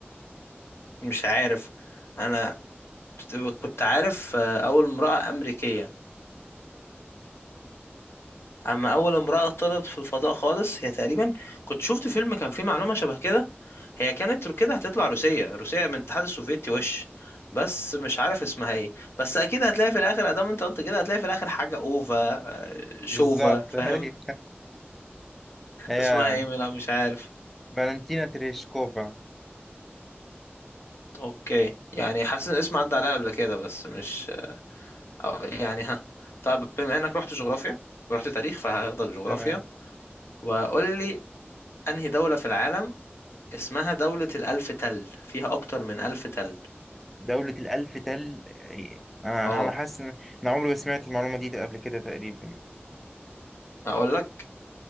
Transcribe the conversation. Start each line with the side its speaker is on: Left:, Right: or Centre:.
Left: مش عارف أنا كنت عارف آه، أول امرأة أمريكية أما أول امرأة طلعت في الفضاء خالص هي تقريبا كنت شفت فيلم كان فيه معلومة شبه كده هي كانت كده هتطلع روسية روسية من الاتحاد السوفيتي وش بس مش عارف اسمها ايه بس اكيد هتلاقي في الاخر ادام انت قلت كده هتلاقي في الاخر حاجة اوفا آه، شوفا
Centre: بالظبط
Left: فاهم
Centre: <laughs> هي هي
Left: اسمها ايه لا مش عارف
Centre: فالنتينا تريشكوفا
Left: اوكي يعني حاسس ان اسم عدى عليها قبل كده بس مش أو يعني ها طب بما انك رحت جغرافيا ورحت تاريخ فهاخدك جغرافيا
Centre: تمام
Left: وقول لي انهي دولة في العالم اسمها دولة الألف تل فيها اكتر من ألف تل
Centre: دولة الألف تل إيه، أنا
Left: اه
Centre: أنا حاسس إن أنا عمري ما سمعت المعلومة دي قبل كده تقريبا
Left: اقول لك